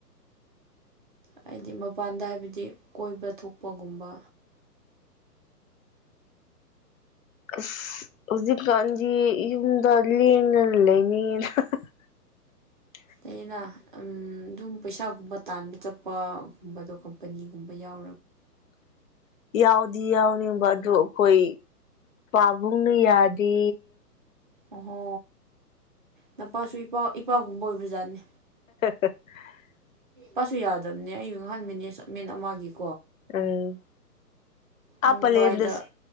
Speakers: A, on the right; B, on the left.
A: ꯍꯥꯏꯗꯤ ꯃꯄꯥꯟꯗ ꯍꯥꯏꯕꯗꯤ ꯀꯣꯏꯕ ꯊꯣꯛꯄꯒꯨꯝꯕ
B: ꯑꯁ ꯍꯧꯖꯤꯛꯀꯥꯟꯗꯤ ꯌꯨꯝꯗ ꯂꯦꯡꯅꯅ ꯂꯩꯅꯤꯡꯑꯅ <inaudible>
A: ꯑꯩꯅ ꯑꯗꯨꯝ ꯄꯩꯁꯥꯒꯨꯝꯕ ꯇꯥꯟꯕ ꯆꯠꯄꯒꯨꯝꯕꯗꯣ ꯀꯝꯄꯅꯤꯒꯨꯝꯕ ꯌꯥꯎꯔ
B: <inaudible> ꯌꯥꯎꯗꯤ ꯌꯥꯎꯅꯤꯡꯕ ꯑꯗꯨ ꯑꯩꯈꯣꯏ ꯄꯥꯕꯨꯡꯅ ꯌꯥꯗꯦ
A: ꯑꯣꯍꯣ ꯅꯄꯥꯁꯨ ꯏꯄꯥ ꯏꯄꯥꯒꯨꯝꯕ ꯑꯣꯏꯕꯖꯥꯠꯅꯤ
B: <inaudible>
A: ꯄꯁꯨ ꯌꯥꯗꯕꯅꯦ ꯑꯩꯌ ꯉꯍꯥꯟꯕꯅꯦ ꯁ ꯃꯦꯟ ꯑꯃꯒꯤꯒꯤ
B: ꯎꯝ ꯑ
A: ꯃꯨꯝꯕꯥꯏꯗ
B: ꯂꯩꯅꯗꯁ